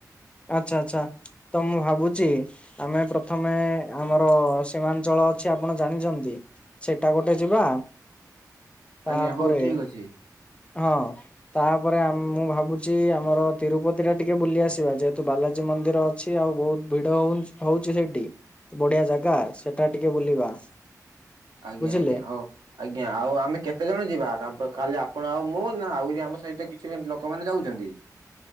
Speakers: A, on the left; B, on the right.
A: ଆଚ୍ଛା ଆଚ୍ଛା ତ ମୁଁ ଭାବୁଛି। ଆମେ ପ୍ରଥମେ ଆମର ସୀମାଞ୍ଚଳ ଅଛି ଆପଣ ଜାଣିଛନ୍ତି। ସେଇଟା ଗୋଟେ ଯିବା। ତାପରେ
B: ଆଜ୍ଞା ହଉ ଠିକ ଅଛି
A: ହଁ ତାପରେ ମୁଁ ଭାବୁ ଚି ଆମର ତିରୁପତି ଟା ଟିକେ ବୁଲି କୁ ଯିବା, <unintelligible> ବାଲାଜୀ ମନ୍ଦିର ଅଛି ଆଉ ବହୁତ ଭିଡ ହଉ ହଉଛି ସେଇଠି। ବଢିଆ ଜାଗା ସେଟା ଟିକେ ବୁଲିବା।
B: ଆଜ୍ଞା
A: ବୁଝିଲେ
B: ଆଜ୍ଞା ହଉ। ଆଜ୍ଞା ଆଉ ଆମେ କେତେ ଜଣ ଯିବା କାଲି ଆପଣ ଆଉ ମୁଁ ନା ଆହୁରି ଆମ ସହିତ କିଛି ଲୋକମାନୋନ ଯାଉଛନ୍ତି?